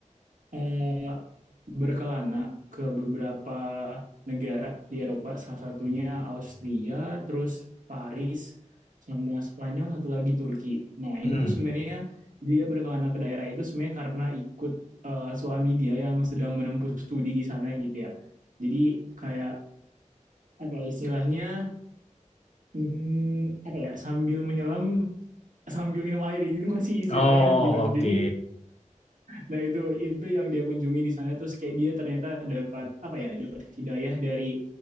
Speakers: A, on the right; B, on the left.
A: uh, berkelana ke beberapa negara di Eropa, salah satunya Austria, terus Paris, sama Spanyol, satu lagi Turki. Nah ini
B: Hmm.
A: tuh sebenarnya dia berkelana ke daerah itu sebenarnya karena ikut uh, suami dia yang sedang menempuh studi di sana gitu ya. Jadi kayak apa ya istilahnya hmm, apa ya sambil menyelam sambil minum air gitu kan sih istilahnya
B: Oh,
A: gitu.
B: oke.
A: Jadi Nah itu itu yang dia kunjungi di sana terus kayak dia ternyata dapat apa ya dapat hidayah dari